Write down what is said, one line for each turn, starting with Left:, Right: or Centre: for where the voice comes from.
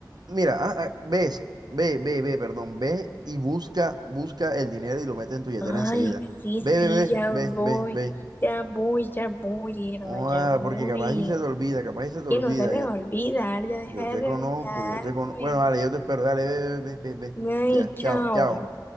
Right: mira, ah, ah, ves, ve, ve, ve, perdón, ve y busca, busca el dinero y lo metes en tu billetera
Left: Ay,
Right: enseguida.
Left: sí,
Right: Ve,
Left: sí,
Right: ve, ve,
Left: ya voy,
Right: ve, ve, ve.
Left: ya voy, ya voy, mierda,
Right: ah
Left: ya voy.
Right: porque capaz y se te olvida, capaz y se te
Left: Que
Right: olvida.
Left: no se me
Right: Yo,
Left: va a olvidar, ya deja
Right: yo te
Left: de regañarme.
Right: conozco, yo te conozco. Bueno, dale, yo te espero. Dale, ve, ve, ve, ve, ve.
Left: Ay,
Right: Ya,
Left: chao.
Right: chao, chao.